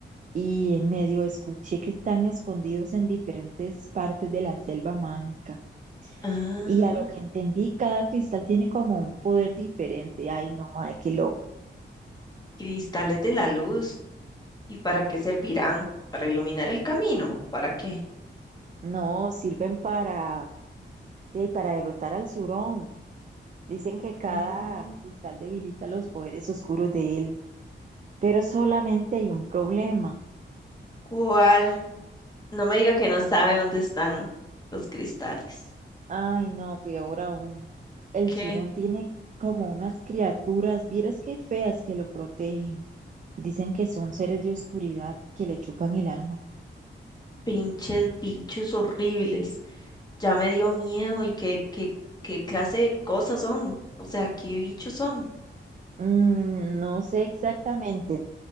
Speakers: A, on the right; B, on the left.
A: y en medio escuché que están escondidos en diferentes partes de la selva mágica.
B: Ah,
A: Y a lo que entendí, cada cristal tiene como un poder diferente. Ay, no, madre, qué loco.
B: cristales de la luz. ¿Y para qué servirán? ¿Para iluminar el camino? ¿Para qué?
A: No, sirven para, de- para derrotar al Surón. Dicen que cada
B: Mm,
A: cristal debilita los poderes oscuros de él, pero solamente hay un problema.
B: ¿Cuál? No me diga que no sabe dónde están los cristales.
A: Ay, no, peor aún. El
B: ¿Qué?
A: surón tiene como unas criaturas, vieras qué feas que lo protegen. Dicen que son seres de oscuridad que le chupan el alma.
B: Pinches bichos horribles. Ya me dio miedo y qué, qué, qué clase de cosas son. O sea, ¿qué bichos son?
A: Mm, no sé exactamente,